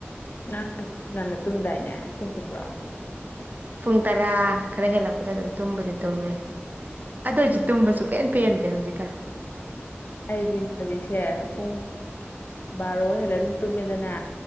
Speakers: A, on the left; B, on the right.
A: ꯉꯥ ꯉꯟꯅ ꯇꯨꯝꯗꯥꯏꯅꯦ ꯊꯦꯡ ꯇꯨꯝꯕ꯭ꯔꯣ
B: ꯄꯨꯡ ꯇꯔꯥ ꯈꯔ ꯍꯦꯜꯂꯛꯄꯗ ꯑꯗꯨꯝ ꯇꯨꯝꯕꯨꯗꯤ ꯇꯨꯝꯃꯦ ꯑꯗꯨ ꯑꯣꯏꯔꯁꯨ ꯇꯨꯝꯕꯁꯨ ꯄꯦꯟ ꯄꯦꯟꯗ꯭ꯔꯦ ꯍꯧꯖꯤꯛꯀꯥꯟ
A: ꯑꯩꯗꯤ ꯍꯧꯖꯤꯛꯁꯦ ꯄꯨꯡ ꯕꯥꯔꯣ ꯍꯦꯜꯂꯦ ꯑꯗꯨꯝ ꯇꯨꯝꯃꯦꯗꯅ